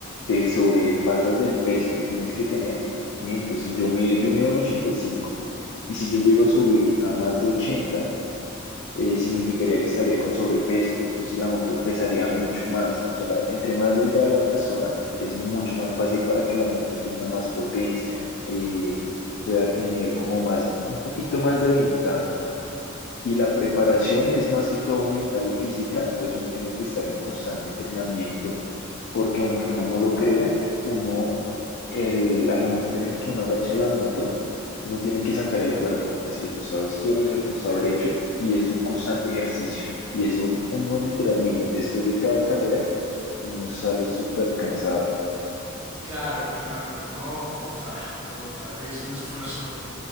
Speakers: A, on the left; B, on the right.
A: te sobrepasas del peso que tienes que tener. Un ejemplo, si yo mido, yo mido un 85 y cinco y si yo llego a subir a más de 80, eh, significaría que estaría con sobrepeso. Entonces la moto pesaría mucho más. O sea, la- entre más delgada la persona, es mucho más fácil para que la moto tenga más potencia, eh, pueda tener como más, un poquito más de ventaja. Y la preparación es más que todo mental y física, entonces uno tiene que estar en constante entrenamiento, porque aunque uno no lo crea, uno, el, al momento en el que uno agacha la moto, uno tiene que sacar el cuerpo hacia el costado izquierdo, hacia el costado
B: Sí.
A: derecho, y es un constante ejercicio. Y eso uno literalmente, después de cada carrera, uno sale súper cansado.
B: Claro, claro, no, total, total, es un esfuerzo